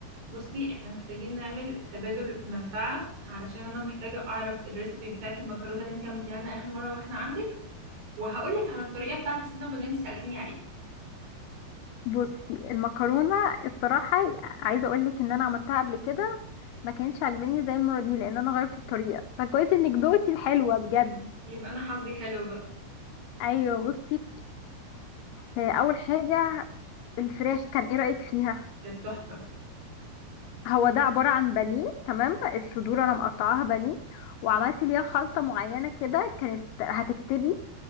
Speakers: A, on the right; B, on the left.
A: بصي احنا محتاجين نعمل تبادل منفعة علشان انا محتاجة اعرف الريسبي بتاعة المكرونة اللي انت عملتيها لنا اخر مرة واحنا عندك وهقولك على الطريقة بتاعة السينابون اللي انت سألتيني عليها
B: بصي المكرونه الصراحه عايزه اقول لك ان انا عملتها قبل كده ما كانتش عاجباني زي المره دي لان انا غيرت الطريقه فكويس انك دوقتي الحلوه بجد
A: يبقى انا حظي حلو بقى
B: ايوه بصي آه، اول حاجه الفراخ كان ايه رايك فيها
A: كانت تحفة
B: هو ده عباره عن بانيه تمام الصدور انا مقطعاها بانيه وعملت ليها خلطه معينه كده كانت هتكتبي